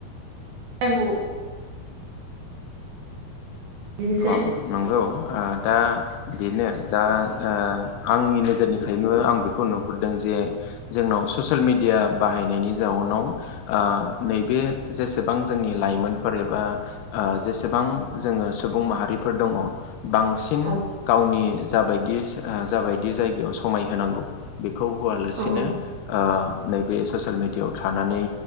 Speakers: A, on the right; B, on the left.
A: टाइमखौ बिदिनोसै
B: अ नंगौ ओ दा बेनो दा ओ आंनि नोजोरनिफ्रायनो आं बेखौ नुहुरदों जे जोंनाव ससियेल मिडिया बाहायनायनि जाउनाव आ नैबे जेसेबां जोंनि लाइमोन फोर एबा ओ जेसेबां जोङो सुबुं माहारिफोर दङ बांसिन
A: औ
B: गावनि जाबायदि जाबायदि जायगायाव समाय होनांगौ बेखौ होआलासिनो
A: औ औ
B: ओ नैबे ससिल मेडियायाव थानानै